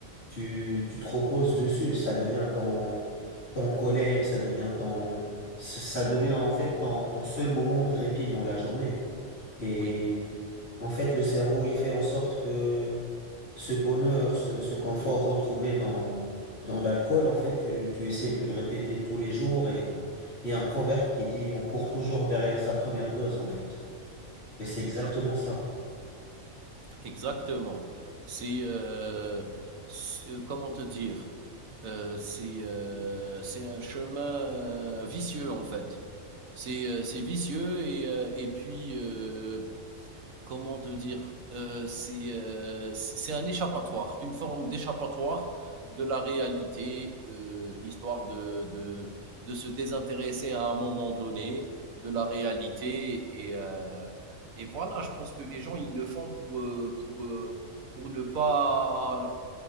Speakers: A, on the left (about 50°); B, on the right (about 80°).
A: tu, tu te reposes dessus. Ça devient ton, ton collègue, ça devient ton, ça ça devient en fait ton, ton seul moment de répit dans la journée. Et
B: oui,
A: en fait, le cerveau, il fait en sorte que ce bonheur, ce, ce confort retrouvé dans, dans l'alcool, en fait, tu, tu essaies de le répéter tous les jours et il y a un proverbe qui dit on court toujours derrière sa première dose, en fait. Et c'est
B: exact,
A: exactement ça.
B: exactement. C'est, euh, c'est- euh, comment te dire, Euh, c'est, euh, c'est un chemin euh, vicieux en fait. C'est, euh, c'est vicieux et, euh, et puis euh, comment te dire, euh, c'est euh, c'est un échappatoire, une forme d'échappatoire de la réalité, euh, histoire de, de, de se désintéresser à un moment donné de la réalité. Et, euh, et voilà, je pense que les gens, ils le font pour, euh, pour, euh, pour, ne, pas,